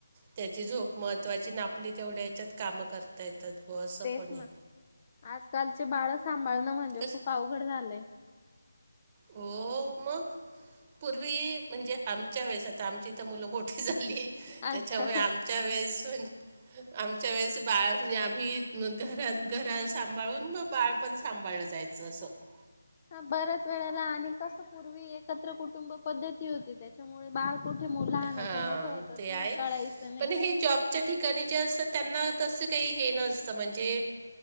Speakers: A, on the right; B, on the left.
A: त्याची झोप महत्त्वाची ना आपली तेवढ्या याच्यात कामं करता येतात. बुवा असं
B: तेच
A: पण
B: ना
A: आहे
B: आजकालचे बाळ सांभाळणं म्हणजे
A: ते कसं
B: खूप अवघड झालंय.
A: हो मग. पूर्वी म्हणजे आमच्या वेळेस आता आमची तर मुलं मोठी झाली.
B: अच्छा
A: त्याच्यामुळे आमच्या वेळेस आमच्या वेळेस बाळ म्हणजे आम्ही घर घरा सांभाळून मग बाळ पण सांभाळलं जायचं. अस अस. <unintelligible>
B: हा बऱ्याच वेळेला आणि कस पूर्वी एकत्र कुटुंब पद्धती होती त्याच्यामुळे बाळ कुठे लहानाचं
A: हां
B: मोठं होत ते
A: आहे
B: कळायचं नाही.
A: पण हे जॉबच्या ठिकाणी ज असतात त्यांना तस काही हे नसतं म्हणजे